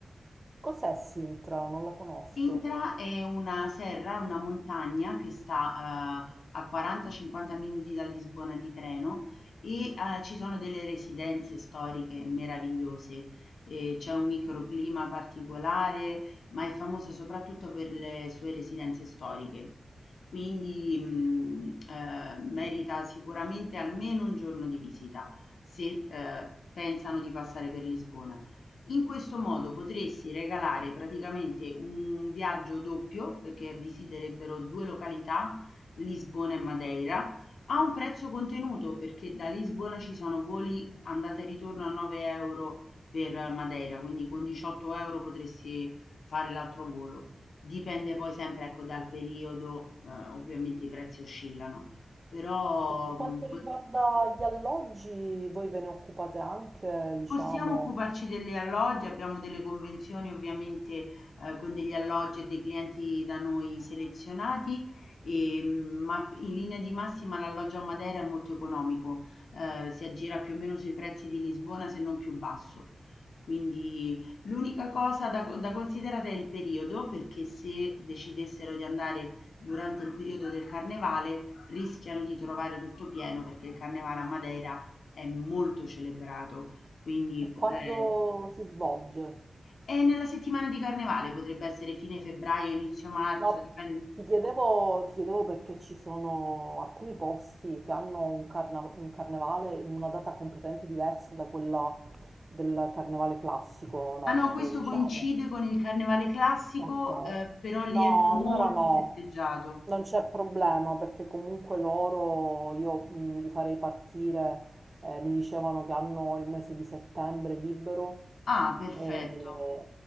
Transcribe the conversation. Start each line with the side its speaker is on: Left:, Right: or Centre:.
Right: Cos'è Sintra? Non la conosco.
Left: Sintra è una serra, è una montagna che sta, ehm, a 40, 50 minuti da Lisbona di treno e, ehm, ci sono delle residenze storiche meravigliose. E c'è un microclima particolare, ma è famosa soprattutto per le sue residenze storiche. Quindi, mhmm, ehm, merita sicuramente almeno un giorno di visita se, ehm, pensano di passare per Lisbona. In questo modo potresti regalare praticamente un viaggio doppio, perché visiterebbero due località, Lisbona e Madeira, a un prezzo contenuto, perché da Lisbona ci sono voli andata e ritorno a 9 euro per Madeira, quindi con 18 euro potresti fare l'altro volo. Dipende poi sempre, ecco, dal periodo, eh, ovviamente i prezzi oscillano, però
Right: E per quanto
Left: mh,
Right: riguarda
Left: pot-
Right: gli alloggi, voi ve ne occupate anche, diciamo,
Left: Possiamo occuparci degli alloggi, abbiamo delle convenzioni ovviamente, ehm, con degli alloggi e dei clienti da noi selezionati, ehm, ma in linea di massima l'alloggio a Matera è molto economico, ehm, si aggira più o meno sui prezzi di Lisbona se non più basso. Quindi l'unica cosa da co da considerare è il periodo, perché se decidessero di andare durante il periodo del carnevale rischiano di trovare tutto pieno, perché il carnevale a Madeira è molto celebrato. Quindi
Right: e
Left: p
Right: quando
Left: ehm,
Right: si svolge?
Left: e nella settimana di carnevale potrebbe essere fine febbraio, inizio marzo,
Right: No,
Left: dipende.
Right: ti chiedevo, ti chiedevo perché ci sono alcuni posti che hanno un, carna- un carnevale in una data completamente diversa da quella del carnevale classico nostro,
Left: Ah no, questo
Right: diciamo.
Left: coincide con il carnevale classico,
Right: Ok.
Left: ehm, però lì
Right: No,
Left: è molto
Right: allora no,
Left: festeggiato.
Right: non c'è problema perché comunque loro io mh, li farei partire, eh, mi dicevano che hanno il mese di settembre libero
Left: Ah, perfetto.
Right: e,